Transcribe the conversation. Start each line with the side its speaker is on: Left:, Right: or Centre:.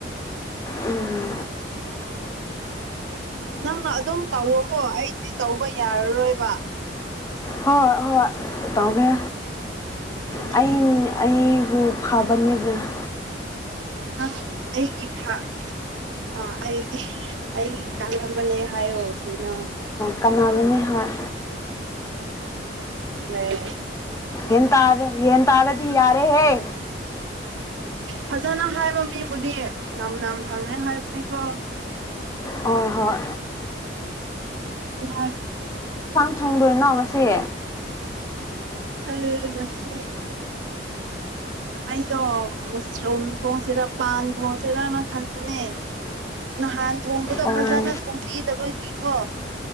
Left: ꯎꯝ
Right: ꯅꯪꯅ ꯑꯗꯨꯝ ꯇꯧꯋꯣꯀꯣ ꯑꯩꯗꯤ ꯇꯧꯕ ꯌꯥꯔꯔꯣꯏꯕ
Left: ꯍꯣꯏ ꯍꯣꯏ ꯇꯧꯒꯦ
Right: ꯎꯝ
Left: ꯑ ꯑꯩꯕꯨ ꯐꯕꯅꯤꯗꯅ
Right: ꯑ ꯑꯩꯒꯤ ꯏꯥ ꯑ ꯑꯩ ꯑꯩ ꯀꯥꯟꯈꯕꯅꯦ ꯍꯥꯏꯌꯣ ꯊꯣꯏꯅ
Left: ꯀꯅꯥꯅꯕꯅꯤ ꯍꯣꯏ
Right: ꯂꯩ
Left: ꯍ ꯇꯥꯔ ꯌꯦꯟ ꯇꯥꯔꯗꯤ ꯌꯥꯔꯦ ꯍꯦ
Right: ꯐꯖꯅ ꯍꯥꯏꯕ ꯃꯤꯕꯨꯗꯤ ꯌꯥꯝꯅ ꯐꯪꯉꯦ ꯍꯥꯏꯕꯅꯤꯀꯣ
Left: ꯍꯣꯏ ꯍꯣꯏ
Right: ꯌꯥ
Left: ꯊꯪꯗꯣꯏꯅꯣ ꯉꯁꯦ
Right: ꯑ ꯃꯁꯤ ꯑꯩꯗꯣ ꯃꯁꯔꯨꯝ ꯊꯣꯡꯁꯤꯔꯥ ꯄꯥꯟ ꯊꯣꯡꯁꯤꯔꯅ ꯈꯟꯕꯅꯦ ꯅꯍꯥꯟ ꯊꯣꯡꯕꯗꯣ
Left: ꯑꯣ
Right: ꯐꯖꯅ ꯊꯣꯡꯕꯤꯗꯕꯒꯤꯀꯣ